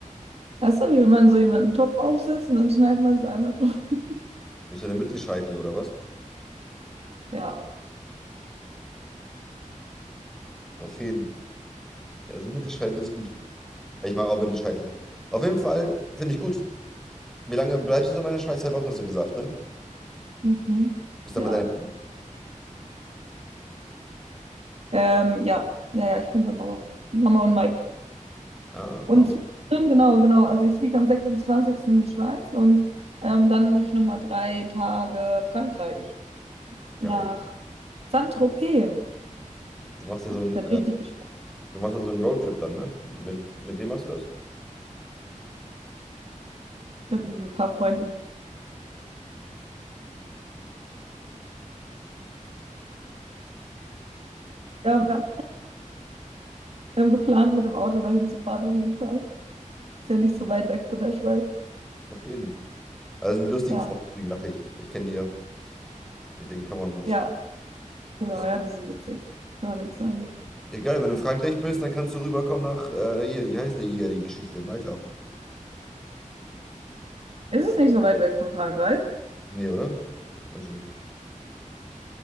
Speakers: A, on the right; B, in the centre.
A: Weißt du, wie wenn man so jemanden Topf aufsetzt und dann schneidet man es einmal drauf. <laughs>
B: Bist du der Mittelscheitel oder was?
A: Ja.
B: Auf jeden. Ja, so Mittelscheitel ist gut. Ich mag auch Mittelscheitel. Auf jeden Fall finde ich gut. Wie lange bleibst du so in der Schweiz? Zwei Wochen hast du gesagt, ne?
A: Mhm.
B: Bist dann
A: Ja.
B: bei deiner.
A: Ähm, ja. Ja, ja, ich bin bei Mama. Mama und Mike.
B: Ah,
A: Und
B: Mama,
A: zwischendrin, genau, genau. Also ich fliege am sechsundzwanzigsten in die Schweiz und ähm, dann mache ich nochmal drei Tage Frankreich nach
B: geil.
A: Saint-Tropez.
B: Du machst ja
A: Ich
B: so einen,
A: bin
B: äh,
A: richtig gespannt
B: du machst ja so einen Roadtrip dann, ne? Mit, mit wem machst du das?
A: mit ein paar Freunden. Ja, wir haben geplant, mit dem Auto dahin zu fahren auf jeden Fall. Ist ja nicht so weit weg von der Schweiz.
B: Auf jeden. Das sind die lustigen
A: Ja,
B: Freunde, deswegen lache ich. Ich kenne die ja. Mit denen kann man.
A: ja, genau,
B: Ist,
A: ja, die sind witzig. Kann man nichts sagen.
B: ja, geil, wenn du in Frankreich bist, dann kannst du rüberkommen nach. Äh, hier, wie heißt die hier die Geschichte? Malta.
A: Ist es nicht so weit weg von Frankreich?
B: Nee, oder? Weiß ich nicht.